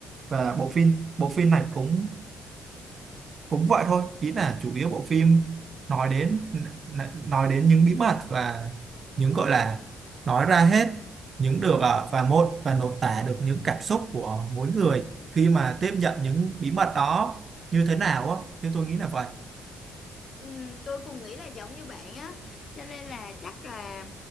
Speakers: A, on the right; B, on the left.
A: và
B: Ừ.
A: bộ phim bộ phim này cũng cũng vậy thôi ý là chủ yếu bộ phim nói đến nói đến những bí mật và những gọi là nói ra hết những được ờ, và một và lột tả được những cảm xúc của mỗi người khi mà tiếp nhận những bí mật đó như thế nào á thì tôi nghĩ là vậy
B: Ừ, tôi cũng nghĩ là giống như bạn á cho nên là chắc là